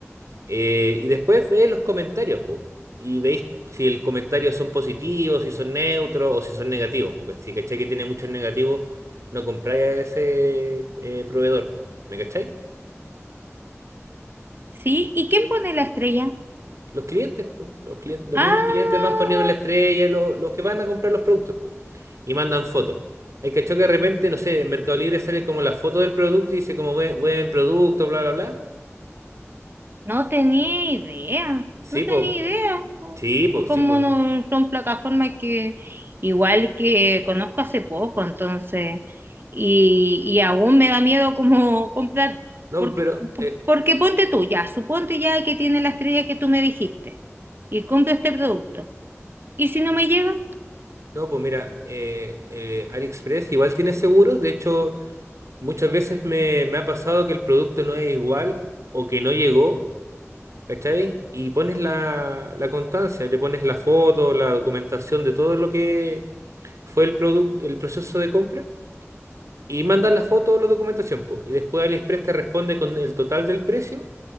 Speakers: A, on the right; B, on the right.
A: Eh, y después veis los comentarios, pues. Y veis si el comentario son positivos, si son neutros o si son negativos. Porque si cacháis que tiene muchos negativos, no compráis a ese eh, proveedor, pues. ¿Me cacháis?
B: ¿Sí? ¿Y quién pone la estrella?
A: Los clientes, po, los clientes, los
B: Ah,
A: mismos clientes van poniendo la estrella, lo- los que van a comprar los productos, po, y mandan fotos. Hay cachó que de repente, no sé, en Mercado Libre sale como la foto del producto y dice como buen, buen producto, bla, bla, bla.
B: No tenía idea,
A: Sí,
B: no
A: pues,
B: tenía idea.
A: sí, pues,
B: Como
A: sí, pues.
B: no son plataformas que igual que conozco hace poco, entonces, y, y aún me da miedo como <laughs> comprar,
A: No,
B: porque,
A: po, pero, eh,
B: porque ponte tú ya, suponte ya que tiene la estrella que tú me dijiste y compro este producto. ¿Y si no me llega?
A: no, pues mira, eh, eh, AliExpress igual tiene seguros. De hecho, muchas veces me, me ha pasado que el producto no es igual o que no llegó, ¿cachai? Y pones la, la constancia, le pones la foto, la documentación de todo lo que fue el producto, el proceso de compra y mandas la foto o la documentación, po, y después AliExpress te responde con el total del precio